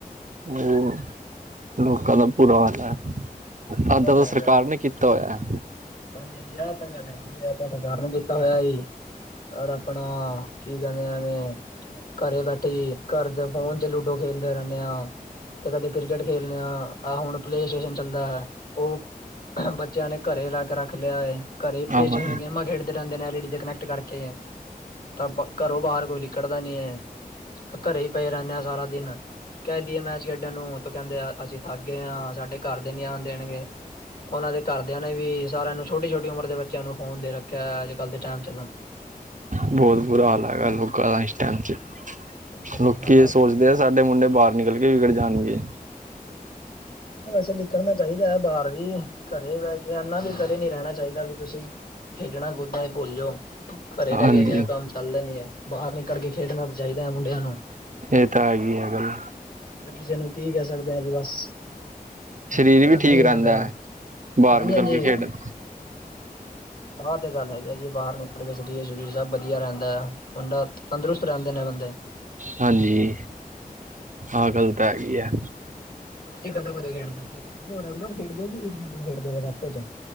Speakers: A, on the right (about 55°); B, on the left (about 70°).
A: ਉਹ ਲੋਕਾਂ ਦਾ ਬੁਰਾ ਹਾਲ ਐ, ਅੱਧਾ-ਅੱਧਾ
B: ਉਹ
A: ਤਾਂ
B: ਹੈਗਾ
A: ਸਰਕਾਰ
B: ਜੀ
A: ਨੇ ਕੀ ਤਾ ਹੋਇਆ।
B: ਹਾਂਜੀ- ਹਾਂਜੀ ਆਹ ਤਾਂ ਗੱਲ ਹੈਗੀ, ਆਹ ਸਰਕਾਰ ਨੇ ਕੀਤਾ ਹੋਇਆ ਜੀ। ਯਰ ਆਪਣਾ, ਕੀ ਕਹਿੰਦੇ ਐਵੇਂ ਘਰੇ ਬੈਠੇ, ਘਰ ਦੇ ਫੋਨ ਤੇ ਲੂਡੋ ਖੇਲਦੇ ਰਹਿੰਦੇ ਆਂ। ਤੇ ਕਦੇ ਕ੍ਰਿਕਟ ਖੇਲਦੇ ਆ, ਆਹ ਹੁਣ ਪਲੇਅ ਸਟੇਸ਼ਨ ਚੱਲਦਾ ਐ, ਉਹ ਬੱਚਿਆਂ ਨੇ ਘਰੇ ਲਾ ਕੇ ਰੱਖ ਲਿਆ ਐ, ਘਰੇ ਪਲੇਅ
A: ਆਹੋ
B: ਸ਼ਟੇਸ਼ਨ ਚ ਹੀ ਗੇਮਾਂ ਖੇਡ ਦੇ ਰਹਿੰਦੇ ਨੇ ਐਲ ਈ ਡੀ ਤੇ ਕਨੈਕਟ ਕਰਕੇ, ਤਾਂ ਘਰੋਂ ਬਾਹਰ ਕੋਈ ਲਿਕੜਦਾ ਨੀ ਐ। ਘਰੇ ਹੀ ਪਏ ਰਹਿੰਦੇ ਆ ਸਾਰਾ ਦਿਨ। ਕਹਿ ਦਈਏ ਮੈਚ ਖੇਡਣ ਨੂੰ, ਉਹ ਕਹਿੰਦੇ ਆ ਅਸੀਂ ਥੱਕ ਗਏ ਆਂ, ਸਾਡੇ ਘਰ ਦੇ ਨੀ ਆਣ ਦੇਣਗੇ। ਉਹਨਾਂ ਦੇ ਘਰਦਿਆਂ ਨੇ ਵੀ, ਸਾਰਿਆਂ ਨੂੰ ਛੋਟੀ- ਛੋਟੀ ਉਮਰ ਦੇ ਬੱਚਿਆਂ ਨੂੰ ਫੋਨ ਦੇ ਰੱਖਿਆ, ਅੱਜ- ਕੱਲ੍ਹ ਦੇ ਟਾਈਮ ਚ ਤਾਂ।
A: ਬਹੁਤ ਬੁਰਾ ਹਾਲ ਹੈਗਾ ਲੋਕਾਂ ਦਾ, ਇਸ ਟਾਈਮ ਚ।
B: ਹਾਂਜੀ-ਹਾਂਜੀ
A: ਲੋਕੀ
B: ਹਾਂ
A: ਇਹ
B: ਅੱਜ
A: ਸੋਚਦੇ
B: ਤੇ ਬਹੁਤ
A: ਆ, ਸਾਡੇ ਮੁੰਡੇ ਬਾਹਰ ਨਿਕਲ ਕੇ ਵਿਗੜ ਜਾਣਗੇ।
B: ਵੈਸੇ ਲਿਕੜਣਾ ਚਾਹੀਦਾ ਐ ਬਾਹਰ ਵੀ, ਘਰੇ ਬਹਿ ਕੇ ਐਨਾ ਵੀ ਘਰੇ ਨੀ ਰਹਿਣਾ ਚਾਹੀਦਾ, ਵੀ ਤੁਸੀਂ ਖੇਡਣਾ ਕੁੱਦਣਾ ਹੀ ਭੁੱਲਜੋ। ਘਰੇ
A: ਹਾਂਜੀ
B: ਰਹਿ ਕੇ ਵੀ ਕੰਮ ਚੱਲਦਾ ਨੀ ਐ, ਬਾਹਰ ਨਿਕਲ ਕੇ ਖੇਡਣਾ ਚਾਹੀਦਾ ਹੈ ਮੁੰਡਿਆਂ ਨੂੰ।
A: ਇਹ ਤਾਂ ਹੈਗੀ ਹੈ ਗੱਲ
B: ਪਰ ਕਿਸੇ ਨੂੰ ਕੀ ਕਹਿ ਸਕਦੇ ਆਂ ਜੀ ਬਸ।
A: ਸਰੀਰ
B: ਜਿਹੜਾ
A: ਵੀ
B: ਨਹੀਂ
A: ਠੀਕ ਰਹਿੰਦਾ,
B: ਆਂਦਾ
A: ਬਾਹਰ
B: ਹਾਂਜੀ-ਹਾਂਜੀ।
A: ਨਿਕਲ ਕੇ ਖੇਡਣ।
B: ਆਹ ਤੇ ਗੱਲ ਹੈਗੀ ਆ ਜੀ, ਬਾਹਰ ਨਿਕਲ ਕੇ ਸਰੀਰ- ਸਰੀਰ ਸਭ ਵਧੀਆ ਰਹਿੰਦਾ ਐ, ਮੁੰਡਾ ਤੰਦਰੁਸਤ ਰਹਿੰਦੇ ਨੇ ਬੰਦੇ।
A: ਹਾਂਜੀ, ਆਹ ਗੱਲ ਤਾਂ ਹੈਗੀ ਆ।
B: ਤੁਸੀਂ ਕਦੋਂ- ਕਦੋਂ ਖੇਡਦੇ ਓ, ਰੈਗੂਲਰ ਖੇਡਦੇ ਇੱਕ ਦੋ ਦਿਨ ਖੇਡਦੇ ਹੋ ਹਫ਼ਤੇ ਚ।